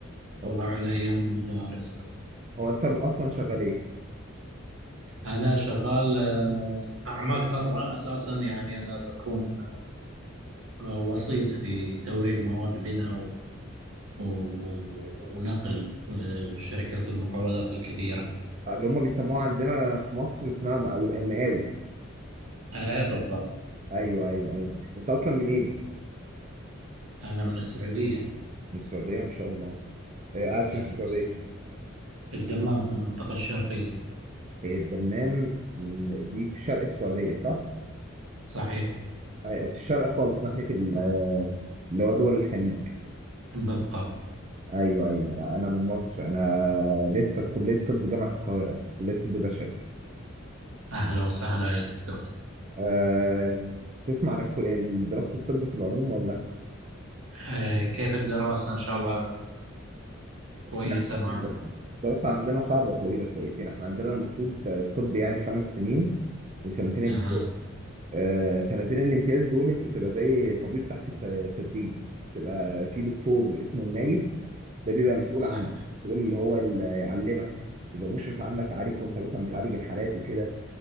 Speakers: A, on the right (about 35°); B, on the right (about 75°).
A: هو
B: الله على أيام المدارس بس
A: هو انت اصلا شغال ايه
B: أنا شغال آه، أعمال حرة أساسا يعني أنا بكون آه، وسيط في توريد مواد بناء و- و- و- ونقل لشركات المقاولات الكبيرة
A: آه، اللي هم بيسموها عندنا في مصر اسمها مقاول مقاول
B: أي بالضبط
A: ايوه ايوه ايوه انت اصلا منين
B: أنا من السعودية
A: من السعوديه ما شاء الله آه، قاعد فين
B: أهلا
A: في السعوديه
B: وسهلا في الدمام في المنطقة الشرقية
A: هي الدمام م، دي في شرق السعوديه صح
B: صحيح
A: آه، في الشرق خالص ناحيه ال- آه، اللي هو دول الخليج
B: بالضبط
A: ايوه ايوه لا انا من مصر انا لسه في كليه طب جامعه القاهره كليه طب بشري
B: أهلا وسهلا يا دكتور
A: آه، تسمع عن الكلية دراسة الطب في العموم ولا؟
B: آه كيف الدراسة إن شاء الله كويسة
A: لا
B: معك
A: الدراسة عندنا صعبة وطويلة شويتين احنا عندنا المفروض الطب يعني خمس سنين وسنتين امتياز
B: أها
A: آه سنتين الامتياز دول انت بتبقى زي طبيب تحت الت- التدريب بتبقى في دكتور اسمه النايب ده بيبقى مسؤول
B: صحيح
A: عنه مسؤول اللي هو اللي يعلمك يبقى مشرف عنك عليك وانت مثلا بتعالج الحالات وكده